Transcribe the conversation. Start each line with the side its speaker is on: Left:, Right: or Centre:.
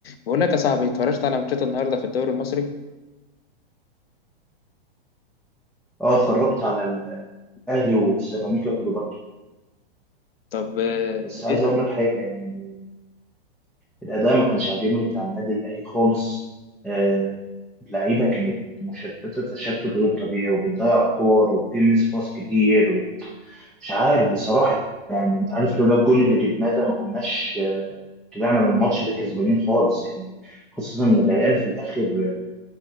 Left: بقول لك يا صاحبي اتفرجت على ماتشات النهارده في الدوري المصري
Centre: اه اتفرجت على ال- الاهلي وسيراميكا كليوباترا
Left: طب اه
Centre: بس عايز
Left: إيه؟
Centre: اقول لك حاجه يعني الاداء ما كانش عاجبني بتاع النادي الاهلي خالص آه اللعيبه كانت مشتته تشتت غير طبيعي وبتضيع كور وفي ميس باص كتير ومش عارف بصراحه يعني انت عارف لولا الجول اللي جبناه ده ما كناش آه، طلعنا من الماتش ده كسبانين خالص يعني خصوصا ان العيال في الاخر آه،